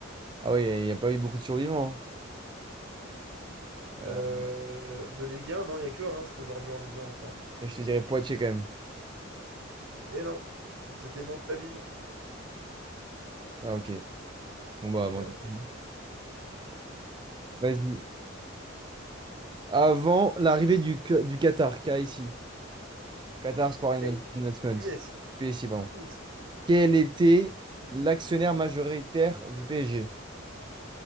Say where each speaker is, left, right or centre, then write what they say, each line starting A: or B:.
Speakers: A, on the right; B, on the right.
A: Ah oui, il n'y a pas eu beaucoup de survivants. hein.
B: Euh,
A: Euh,
B: de Ligue 1, non, il n'y a que Reims qui est aujourd'hui en Ligue 1 encore.
A: je te dirais Poitiers quand même.
B: Et non, c'était Mantes-la-Ville.
A: Ah ok. Bon bah, bon,
B: Et ouais.
A: tant pis, non. Vas-y. Avant l'arrivée du, Q- du Qatar, K ici. Qatar Sport Invest-
B: Quel-
A: Investments.
B: QSI.
A: QSI,
B: C'est
A: pardon.
B: QSI.
A: Quel était l'actionnaire majoritaire du PSG?